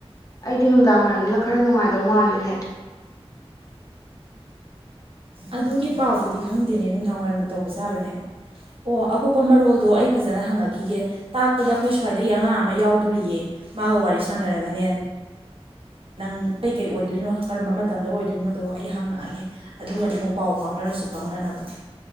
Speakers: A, on the left; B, on the right.
A: ꯑꯩꯗꯤ ꯅꯨꯡꯗꯥꯡ ꯋꯥꯏꯔꯝꯗꯨꯅ ꯈꯔ ꯅꯨꯡꯉꯥꯏꯗꯧ ꯃꯥꯜꯂꯤꯅꯦ
B: ꯑꯗꯨꯒꯤ ꯄꯥꯎꯗꯨꯗꯤ ꯈꯪꯗꯦꯅꯦ ꯅꯨꯡꯗꯥꯡꯋꯥꯏꯔꯝꯕꯨ ꯇꯧꯕ ꯁꯥꯥꯕꯅꯦ ꯑꯣ ꯑꯀꯨꯞꯄ ꯃꯔꯣꯜꯗꯣ ꯑꯩ ꯐꯖꯅ ꯍꯪꯉꯛꯈꯤꯒꯦ ꯇꯥꯛꯄꯗ ꯑꯩꯈꯣꯏ ꯁ꯭ꯋꯥꯏꯗꯗꯒꯤ ꯑꯉꯥꯡ ꯑꯃ ꯌꯥꯎꯗꯣꯔꯤꯌꯦ ꯃꯥꯒ ꯋꯥꯔꯤ ꯁꯥꯟꯅꯔꯒꯅꯦ ꯅꯪ ꯀꯩꯀꯩ ꯑꯣꯏꯗꯣꯏꯅꯣ ꯀꯔꯝꯕ ꯃꯇꯝꯗ ꯑꯣꯏꯗꯣꯏꯅꯣꯗꯣ ꯑꯩ ꯍꯪꯉꯛꯑꯒꯦ ꯑꯗꯨꯃꯗꯤ ꯑꯃꯨꯛ ꯄꯥꯎ ꯐꯥꯎꯅꯔꯁꯨ ꯐꯥꯎꯅꯅꯕ